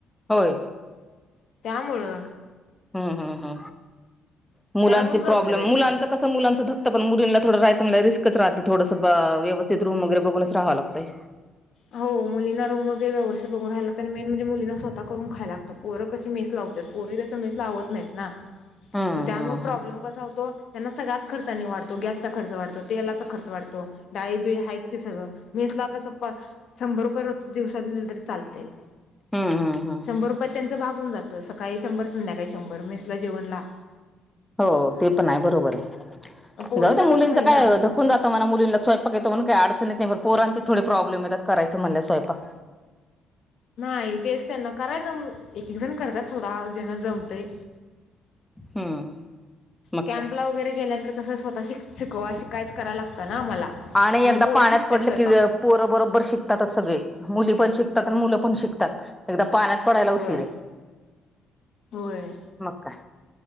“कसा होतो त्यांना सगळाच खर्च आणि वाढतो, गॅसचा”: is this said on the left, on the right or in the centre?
Left